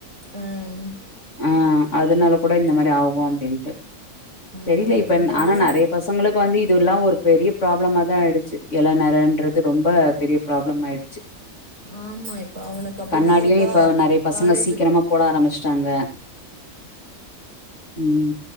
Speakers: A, on the right; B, on the left.
A: ம்
B: ஆ அதனால கூட இந்த மாத் த ஆகு அப்டின்ட்டு தெரிலே
A: அது இருந்தாலு
B: இப் பெண் ஆனா நெறைய பசங்களுக் வந்து இதுவல்லா ஒரு பெரிய ப்ராப்ளமா தா ஆயடுச்சு இள நெரன்றது ரொம்ப பெரிய ப்ராப்ளம் ஆயிடுச்சு
A: ஆமா இப்ப அவனுக்கு அப்டிதா
B: கண்ணாடியு
A: இருக்கா
B: இப்ப நெறைய பசங்க
A: காலேஜு
B: சீக்கிரமா போட ஆரம்பிச்சிட்டாங்க உம்